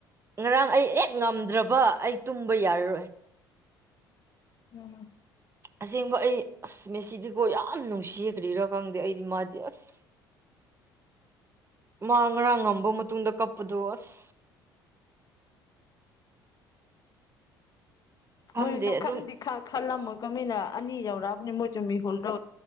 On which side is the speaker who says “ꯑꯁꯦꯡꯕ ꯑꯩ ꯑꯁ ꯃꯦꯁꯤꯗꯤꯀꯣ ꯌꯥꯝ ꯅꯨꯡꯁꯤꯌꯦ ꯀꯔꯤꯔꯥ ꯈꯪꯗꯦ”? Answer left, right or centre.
Right